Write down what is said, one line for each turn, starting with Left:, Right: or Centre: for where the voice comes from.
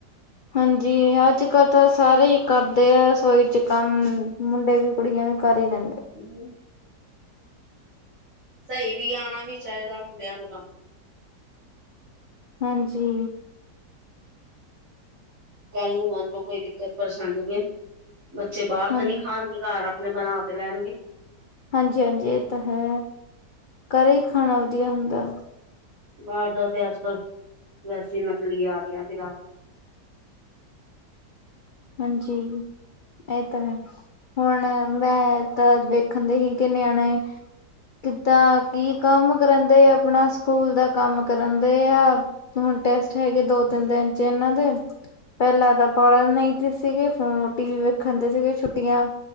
Left: ਹਾਂਜੀ ਅੱਜਕੱਲ੍ਹ ਤਾਂ ਸਾਰੇ ਹੀ ਕਰਦੇ ਆ ਰਸੋਈ 'ਚ ਕੰਮ ਮੁੰਡੇ ਵੀ ਕੁੜੀਆਂ ਵੀ ਕਰ ਹੀ ਲੈਂਦੇ।
Right: <inaudible> ਸਹੀ ਵੀ ਆਣਾ ਵੀ ਚਾਹੀਦਾ ਮੁੰਡਿਆਂ ਨੂੰ ਕੰਮ।
Left: ਹਾਂਜੀ।
Right: ਕੱਲ ਨੂੰ ਮੰਨ ਲੋੋ ਕੋਈ ਦਿੱਕਤ ਪਰੇਸ਼ਾਨੀ ਏ, ਬੱਚੇ ਬਾਹਰ
Left: ਹਾਂ
Right: ਤਾਂ ਨਹੀਂ ਖਾਣਗੇ ਘਰ ਆਪਣੇ ਬਣਾ ਤਾਂ ਲੇਨਗੇ।
Left: ਹਾਂਜੀ-ਹਾਂਜੀ ਇਹ ਤਾਂ ਹੈ ਘਰੇ ਹੀ ਖਾਣਾ ਵਧੀਆ ਹੁੰਦਾ।
Right: ਬਾਹਰ ਦਾ ਤੇ ਅੱਜਕੱਲ, ਵੈਸੇ ਈ ਨਕਲੀ ਆ ਗਿਆ ਮਿਲਾਵਟ
Left: ਹਾਂਜੀ। ਇਹ ਤਾਂ ਹੈ। ਹੁਣ ਮੈਂ ਤਾਂ ਵੇਖਣ ਦਈ ਸੀ ਕਿ ਨਿਆਣੇ ਕਿੱਦਾਂ ਕੀ ਕੰਮ ਕਰਨ ਦਏ ਆਪਣਾ ਸਕੂਲ ਦਾ ਕੰਮ ਕਰਨ ਦਏ ਆ। ਹੁਣ ਟੈਸਟ ਹੈਗੇ ਦੋ-ਤਿੰਨ ਦਿਨ 'ਚ ਇਹਨਾਂ ਦੇ ਪਹਿਲਾਂ ਤਾਂ ਪੜਨ ਨਹੀਂ ਸੀਗੇ ਫੋਨ ਟੀ ਵੀ ਵੇਖਣ ਦੇ ਸੀਗੇ ਛੁੱਟੀਆਂ,